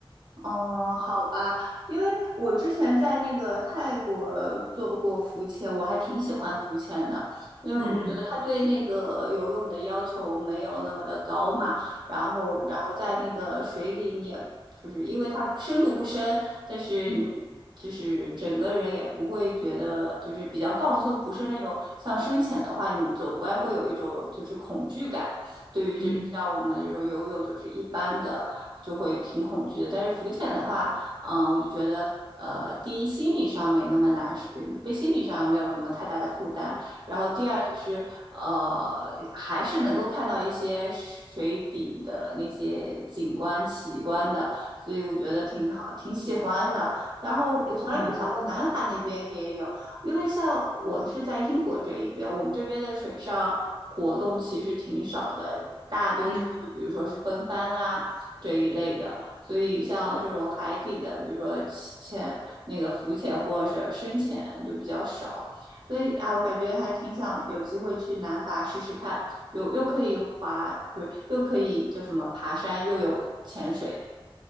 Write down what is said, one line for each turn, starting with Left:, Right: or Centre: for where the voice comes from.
Right: 哦，好吧，因为我之前在那个泰国做过浮潜，我还挺喜欢浮潜的，因为我觉得它对那个游泳的要求没有那么的高嘛，
Left: 嗯
Right: 然后，然后在那个水里，你也就是因为它深度不深，但是你
Left: 嗯
Right: 就是整个人也不会觉得就是比较放松，不是那种像深潜的话，你走过来会有一种就是恐惧感。对于这像我们这种游泳，
Left: 嗯
Right: 就是一般的就会挺恐惧的。但是浮潜的话，嗯，我就觉得，呃，第一心理上没那么难，是被心理上没有什么太大的负担。然后第二就是，呃，还是能够看到一些水底的那些景观奇观的，所以我觉得挺好，挺喜欢的。然后我从来没有想过南法那边也有，
Left: 嗯
Right: 因为像我是在英国这一边，我们这边的水上活动其实挺少的，大多数就比如说是风帆啊这一类的，
Left: 嗯。
Right: 所以像这种海底的，比如说浅那个浮潜或者是深潜就比较少。所以啊，我感觉还挺想有机会去南法试试看，又又可以滑，不是又可以叫什么爬山，又有潜水，